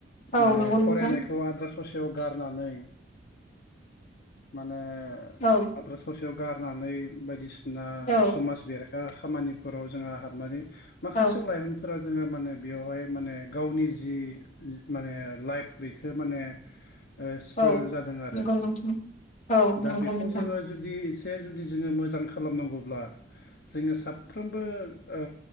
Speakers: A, on the left; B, on the left.
A: औ
B: माने
A: नंगौ
B: फरायनायखौ
A: नोंथां
B: आद्रा स ससेयाव गारनानै माने
A: औ
B: आद्रा ससेयाव गारनानै बायदिसिना
A: औ
B: समाज बेरेखा खामानिफोराव जोङो हाबनानै माखासे
A: औ
B: लाइमोनफोरा जोङो माने बेयावहाय माने गावनि जि माने लाइफ बेखो माने ओ सिफयल
A: औ
B: जादों आरो।
A: नंगौ नोंथां औ नंगौ
B: दा बेखौ
A: नोंथां
B: जोङो जुदि जे जुदि जोङो मोजां खालामनांगौब्ला जोङो साफ्रोमबो ओ